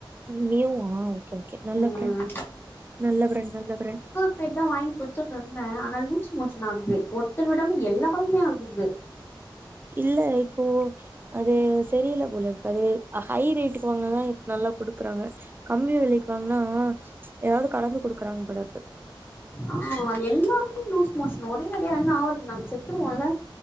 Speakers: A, on the right; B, on the left.
A: மியவ்வா ஓகே ஓகே நல்ல
B: ம்
A: பிரெண்ட் நல்ல பிரண்ட் நல்ல பிரண்ட்
B: இன்னைக்கிதா வாங்கி குடுத்துட்டு இருந்த ஆனா லூஸ் மோஷன் ஆகுது ஒருத்தர் விடாம எல்லாருக்குமே ஆகுது
A: இல்ல இப்போ அது சரியில்ல போலிருக்கு அது ஹைரேட்டுக்கு வாங்க்னாதா நல்லா குடுக் குறாங்க கம்மி வெலைக்கு வாங்னா எதாவ்து கலந்து குடுக்குறாங்க போலருக்கு
B: ஆ அது எல்லாருக்குமே லூஸ் மோஷன் ஒரேடியா என்ன ஆவற்து நாங்க செத்துருவோல்ல.